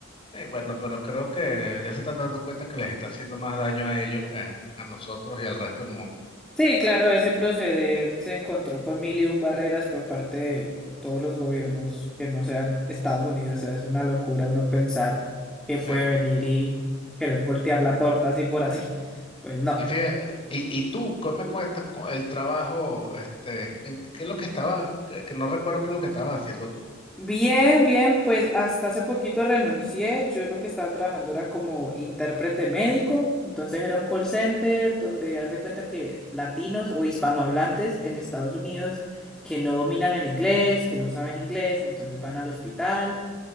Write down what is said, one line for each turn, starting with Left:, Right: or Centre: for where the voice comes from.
Left: eh, bueno, pero creo que ya se están dando cuenta que les está haciendo más daño a ellos que a, a nosotros y al resto del mundo.
Centre: Sí, claro, ese proceder se encontró con mil y un barreras por parte de todos los gobiernos que no sean Estados Unidos. O sea, es una locura uno pensar que puede
Left: Sí.
Centre: venir y querer voltear la torta así por así. Pues no.
Left: Y, fíjate, y, y tú, ¿qué me cuentas con el trabajo? Este, en, ¿qué es lo que estaba? Que, que no recuerdo qué es lo que estabas haciendo tú.
Centre: Bien, bien, pues hasta hace poquito renuncié. Yo lo que estaba trabajando era como intérprete médico, entonces era un call center donde haz de cuenta que latinos o hispanohablantes en Estados Unidos que no dominan el inglés, que no saben inglés, entonces van al hospital